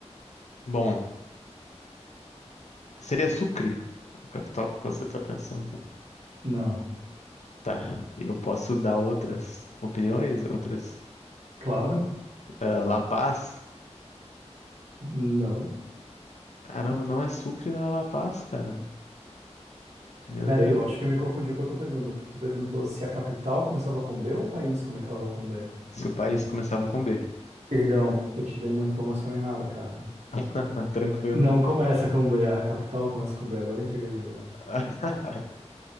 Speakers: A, on the left; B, on the right.
A: bom, seria Sucre, a capital que você está pensando.
B: Não.
A: Tá, eu posso dar outras opiniões, outras.
B: Claro?
A: Ah, La Paz?
B: Não.
A: Caramba, não é Sucre, não é La Paz, cara. Meu
B: Pera
A: Deus.
B: aí, eu acho que eu me confundi com a tua pergunta, porque tu perguntou se a capital começava com B ou o país começava com B.
A: Se o país começava com B.
B: Perdão, eu te dei uma informação errada, cara.
A: <laughs> Tranquilo.
B: Não começa com B, a capital começa com B, agora entreguei o jogo.
A: <laughs>